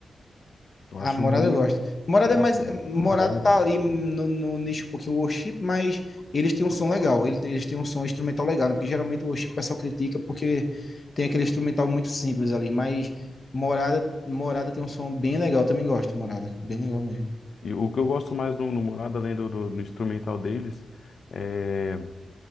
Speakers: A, on the left (about 65°); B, on the left (about 45°).
A: Eu
B: Ah,
A: acho
B: Morada
A: muito.
B: eu gosto. Morada
A: Nossa,
B: é mais.
A: muito
B: Morada
A: bom,
B: tá
A: velho.
B: ali no, no nicho um pouquinho worship, mas eles têm um som legal. Eles, eles têm um som instrumental legal, né? Porque geralmente o worship o pessoal critica porque tem aquele instrumental muito simples ali. Mas Morada, Morada tem um som bem legal. Eu também gosto, de Morada. Bem legal mesmo.
A: E o que eu gosto mais no, no Morada, além do, do- do instrumental deles, é,